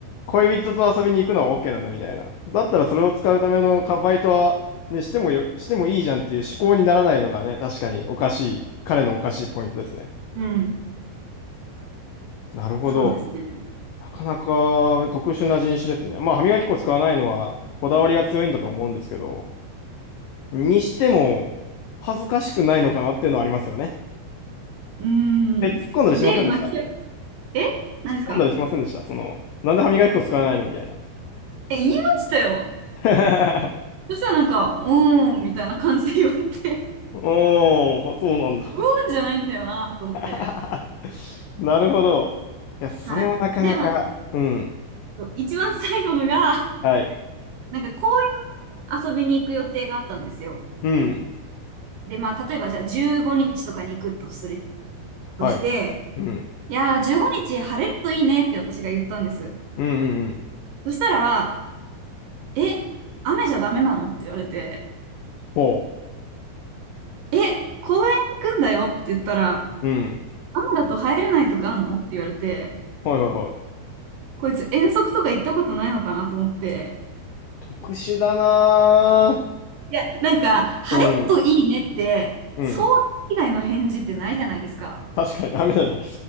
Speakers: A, on the left (about 85°); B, on the right (about 70°).
A: 恋人と遊びに行くのは OK なんだみたいな。だったらそれを使うためのかバイトは、ね、してもよ、してもいいじゃんっていう思考にならないのがね、確かにおかしい、彼のおかしいポイントですね。
B: うん。
A: なるほど。
B: そうですね。
A: なかなか特殊な人種ですね。まあ、歯磨き粉使わないのはこだわりが強いんだと思うんですけど、にしても恥ずかしくないのかなっていうのはありますよね。
B: うん。
A: え、突っ込んだりしませんでした突っ
B: で、まあ、き、え何ですか
A: 込んだりしませんでしたその、なんで歯磨き粉使わないのみたいな。
B: え、言いましたよ。
A: <laughs>
B: そしたらなんか、うーん、みたいな感じで言われて、
A: おー、そうなんだ。
B: <laughs> うーんじゃないんだよなと思って。
A: <laughs> なるほど。いや、それはなかなか、
B: はい。で、まあ、
A: うん。
B: そう一番最後のが、
A: はい。
B: なんか公園に遊びに行く予定があったんですよ。
A: うん。
B: で、まあ、例えばじゃあ15日とかに行くとする、
A: はい。
B: として、
A: うん。
B: いやー、15日晴れるといいねって私が言ったんです。
A: うん、うん、うん。
B: そしたら、え、雨じゃダメなのって言われて、
A: ほ
B: え、公園行くんだよって言ったら、
A: う。うん。
B: 雨だと入れないとかあんのって言われて、
A: はい、はい、はい。
B: こいつ遠足とか行ったことないのかなと思って。
A: 特殊だな
B: いや、なんか、晴れるといいねって、
A: ぁ。うん。うん。
B: そう以外の返事ってないじゃないですか。
A: 確かに、ダメだ、<laughs>